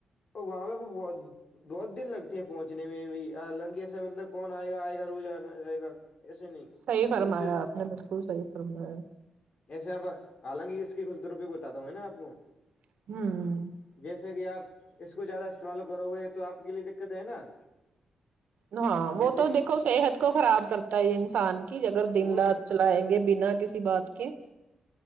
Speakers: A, on the left (about 55°); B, on the right (about 75°).
A: اور وہاں پہ وہ بہت بہت دن لگتے ہیں پہنچنے میں لنگی سے اندر کون آئے گا آئے گا رو جانا جائے گا ایسے نہیں
B: صحیح فرمایا
A: ان سے
B: آپ نے بالکل صحیح فرمایا
A: ایسے آپ حالانکہ اس کے کچھ د روپیئے بتاتا ہوں ہے نا آپ کو
B: ہوں
A: جیسے کہ آپ اس کو زیادہ استعمال کرو گے تو آپ کے لیے دقت ہے نا
B: ہاں
A: جیسے
B: وہ تو
A: کہ
B: دیکھو صحت کو خراب کرتا ہے انسان کی اگر دن
A: وہ
B: رات چلائیں گے بنا کسی بات کے